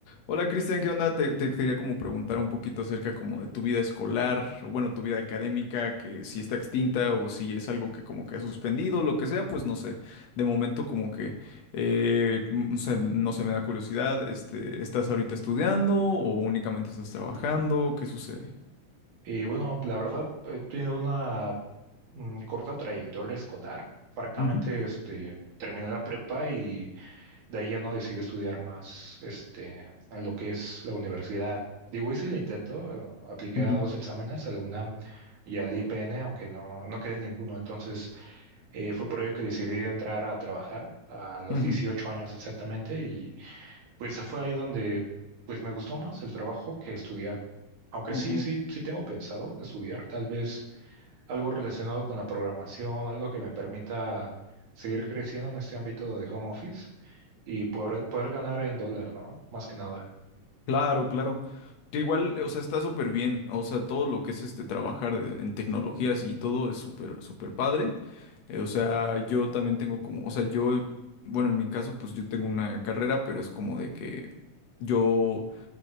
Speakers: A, on the left; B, on the right.
A: Hola Cristian, ¿qué onda? Te, te quería como preguntar un poquito acerca como de tu vida escolar, o bueno, tu vida académica, que si está extinta o si es algo que como que ha suspendido, lo que sea, pues no sé. De momento como que, eh, m- no sé, no sé, me da curiosidad, este, ¿estás ahorita estudiando o únicamente estás trabajando? ¿Qué sucede?
B: Eh, bueno, la verdad, he tenido una mm, corta trayectoria escolar. Francamente,
A: Ujú,
B: este, terminé la prepa y de ahí ya no decidí estudiar más, este, en lo que es la universidad. Digo, hice el intento, eh, apliqué
A: ujú,
B: a dos exámenes, a la UNAM y al IPN, aunque no, no quedé en ninguno. Entonces, eh, fue por ello que decidí entrar a trabajar a los
A: Ujú,
B: 18 años exactamente pues fue ahí donde pues me gustó más el trabajo que estudiar. Aunque
A: ujú,
B: sí,
A: ujú.
B: sí, sí tengo pensado estudiar tal vez algo relacionado con la programación, algo que me permita seguir creciendo en este ámbito de home office y poder, poder ganar en dólar, ¿no? Más que nada.
A: Claro, claro. Que igual, o sea, está súper bien. O sea, todo lo que es este trabajar de- en tecnologías y todo es súper, súper padre. Eh, O sea, yo también tengo como, o sea, yo, bueno, en mi caso, pues yo tengo una carrera, pero es como de que yo